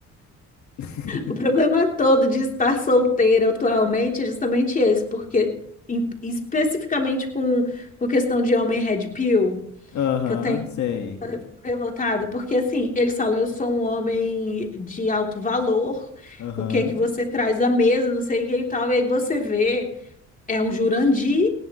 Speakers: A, on the left; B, on the left.
A: <laughs>
B: O problema todo de estar solteira atualmente é justamente esse, porque em- especificamente com, com questão de homem red pill,
A: Aham,
B: que eu tenho
A: sei.
B: revoltada, porque assim, eles falam, eu sou um homem de alto valor,
A: Aham.
B: o que é que você traz à mesa, não sei o que e tal, e aí você vê, é um Jurandir